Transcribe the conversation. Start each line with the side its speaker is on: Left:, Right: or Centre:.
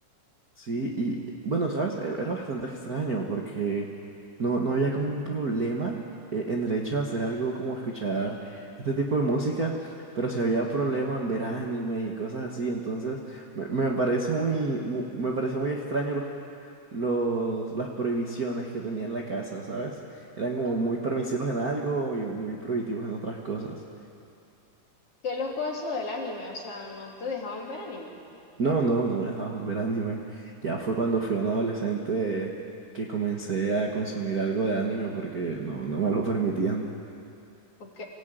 Right: Sí, y bueno, ¿sabes? Eh, Era bastante extraño porque no, no había como un problema eh, en el hecho de hacer algo como escuchar este tipo de música, pero sí había problema en ver anime y cosas así, entonces me, me parece muy, mu- me pareció muy extraño los, los, las prohibiciones que tenía en la casa, ¿sabes? Eran como
Left: Ah,
Right: muy permisivos en algo y muy prohibitivos en otras cosas.
Left: qué loco eso del anime, o sea, no te dejaban ver anime.
Right: No, no, no me dejaban ver anime. Ya fue cuando fui un adolescente que comencé a consumir algo de anime porque no, no me lo <laughs> permitían.
Left: Ok,